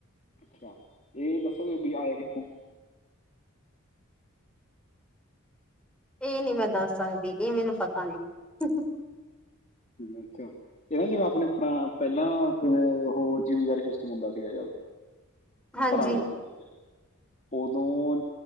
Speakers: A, on the left; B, in the centre.
A: ਅੱਛਾ ਇਹ ਦੱਸੋ ਕਿ ਬ ਆਏ ਕਿੱਥੋਂ
B: ਇਹ ਨੀ ਮੈਂ ਦੱਸ ਸਕਦੀ ਇਹ ਮੈਨੂੰ ਪਤਾ ਨਹੀਂ <inaudible>
A: ਅੱਛਾ ਇਹ ਨਾ ਜ ਆਪਣੇ ਪਹਿਲਾਂ ਕਿਵੇਂ ਉਹ ਜਿਮੀਦਾਰੀ ਸਿਸਟਮ ਹੁੰਦਾ ਸੀਗਾ ਯਾਰ
B: ਹਾਂਜੀ
A: ਪੁਰਾਣੇ ਸਮੇਂ 'ਚ ਉਦੋਂ